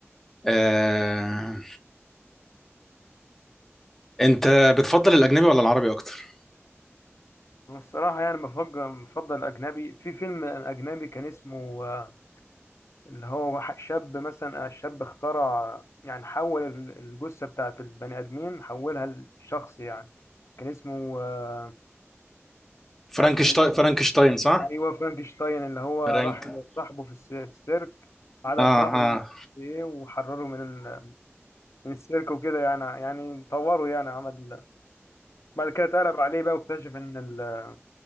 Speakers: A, in the centre; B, on the left (about 75°).
A: آه انت بتفضل الاجنبي ولا العربي اكتر
B: الصراحه يعني بفضل بفضل الاجنبي في فيلم اجنبي كان اسمه آه، اللي هو وح- شاب مثلا الشاب اخترع يعني حول ال- الجثة بتاعت البني آدمين حولها لشخص يعني كان اسمه آه،
A: فرانكشتاين
B: مش عارف كان اسمه
A: فرانكشتاين
B: إيه.
A: صح؟
B: أيوه فرانكشتاين اللي هو
A: فرانك
B: راح لصاحبه في الس- في السيرك على
A: اه
B: ظهره
A: اه
B: ومش عارف ايه وحرره من ال- من السيرك وكده يعني يعني طوره يعني عمل بعد كده اتقلب عليه بقى واكتشف ان ال-